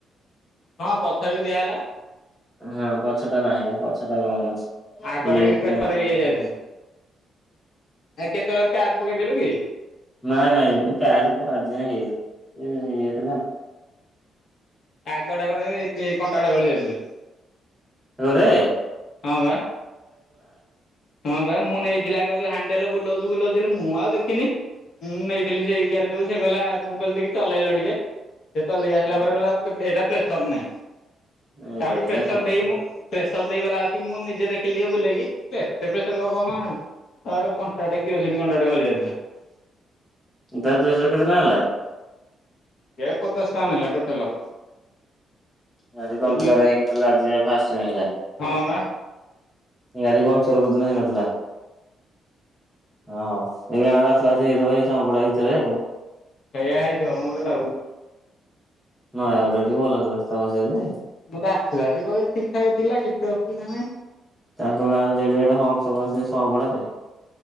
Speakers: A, on the left; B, in the centre.
A: ହଁ ପଛରେ ବି ଦିଆହେଲା।
B: ହଁ ପଛ ଟା ନାହିଁ ପା ପଛ ଟା କମ୍ ଅଛି।
A: ଆଗ
B: ଲିକ୍
A: ଟା କିନ୍ତୁ
B: ଥିଲା
A: ପେସର୍ ହେଇଯାଇଛି ଅଧିକ। ଆଉ କେତେବେଳେ ପ୍ୟାଚ୍ ପକେଇଥିଲୁ କି?
B: ନାଇଁ ନାଇଁ ମୁଁ ପ୍ୟାଚ ଆଜି ଯାଏ ହେଇନି ଏଇ ହେଇଯାଇଥିଲା।
A: ଆଗଟା ଗୋଟେ ୟୁପିଈ କଣ୍ଟାଟେ ଗଳି ଯାଇଥିଲା।
B: ତାପରେ
A: ହଁ ବା। ହଁ ବା ମୁଁ ନେଇଥିଲ ଆଗ ଯଉ ହାଣ୍ଡେଲ୍ ବୁଲାଉଛି ବୁଲାଉଛି ମୁଁ ଆଉ ଦେଖିନି ମୁଁ ନେଇଥିଲି ସେଇ ଗ୍ୟାରେଜେ ସେ କହିଲା ତମ ମୁଁ କହିଲି ଟିକେ ଚଲେଇଲ ଟିକେ ସେ ଚଲେଇକି ଆସିଲା ପରେ କହିଲା ପେ ଏଟା ପ୍ରେସର୍ ନାହିଁ
B: ଏ
A: ତାପରେ ପ୍ରେସର
B: ହେ
A: ଦେଇକି ମୁଁ ପ୍ରେସର ଦେଇଗଲା ଆସିକି ମୁଁ ନିଜେ ଦେଖିଲି ଟିକେ ବୁଲେଇକି ହେ ଏତେ ପ୍ରେସର୍ କହ କଣ ହେଲା ହେ ଗୋଟେ କ କଣ୍ଟା ଟେ କିରୋସିନ୍ ଗଳିଯାଇଥିଲା।
B: ତାର ଦୁଇଶ ରେ କେତେ ଟଙ୍କା ହେଲା?
A: ହେ ପଚାଷ ଟଙ୍କା ନେଲା ଟୋଟାଲ।
B: ଗାଡି ପମ୍ପଚର୍
A: ଏ
B: ହେଇନଥିଲା ଆଜି ଯାଏ ଫାଷ୍ଟ୍ ଟାଇମ ହେଲା।
A: ହୁଁ ବା।
B: ଗାଡି ପାମ୍ପଚର୍ କୋଉଦିନ ହେଇନଥିଲା? ହଁ ଏଇ ଗାଁରେ ଆସିଲା ଆସିକି ହେଇଥବ ଏଇ ସମ୍ପଡା ଭିତରେ ଆଉ
A: ସେୟା ହେଇଥିବ ମୋତେ ଲାଗୁ
B: ନୟାଗଡ ଟିକେ ଭଲ ରାସ୍ତା ବା ସିଆଡେ।
A: ମୁଁ ତ ଆସିଲା ଅସିକି ଠିକ ଠାକ ଥିଲା କିଛି ଅସୁବିଧା ନାହିଁ।
B: ତାଙ୍କ ଗାଁରେେ ଯେଡ଼େ ଯେଡ଼େ ହମ୍ପସ କରିଛନ୍ତି ସମ୍ପଡା ରେ